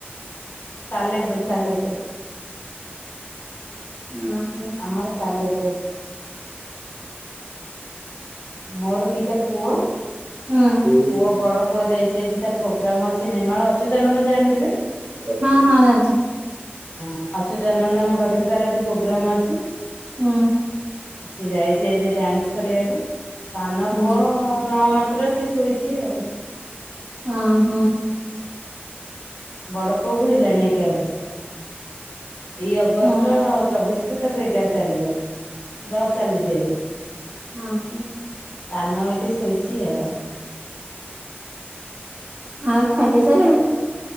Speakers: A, on the left; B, on the right.
A: ସାଲେପୁର ସାଲେପୁର
B: ହୁଁ ହୁଁ।
A: ଆମର ସାଲେପୁର। ମୋର ଦିଟା ପୁଅ- -
B: ହୁଁ।
A: ପୁଅ ବଡ ପୁଅ ଯାଇଚି। ଆଜି ତାର ପୋଗ୍ରାମ ଅଛି ନେମାଳ ଅଚ୍ୟୁତାନନ୍ଦ ଜାଣିଥିବେ?
B: ହଁ ହଁ ଜାଣିଚି।
A: ହଁ ଅଚ୍ୟୁତାନନ୍ଦଙ୍କ ପାଖରେ ତାର ଆଜି ପୋଗ୍ରାମ ଅଛି।
B: ହୁଁ।
A: ସେ ଯାଇଚି ଆଜି ଡ୍ୟାନ୍ସ କରିବାକୁ। ସାନ
B: ହୁଁ
A: ପୁଅ ନଅ ମାସର ସେ ଶୁଇଚି ଆଉ।
B: ହଁ ହଁ।
A: ବଡ ପୁଅ କୁ ହେଲାଣି ଏଗାର ବର୍ଷ ଏଇ ଅଗଷ୍ଟ
B: ହୁଁ
A: ଚବିଶି ତାକୁ ଏଗାର ଚାଲିବ ଦଶ ଚାଲିଚି ଏବେ।
B: ହଁ
A: ସାନ ଏଇଠି ଶୋଇଛି ଆଉ।
B: ଆଉ ଖାଇ ପି ସାରିଲଣି।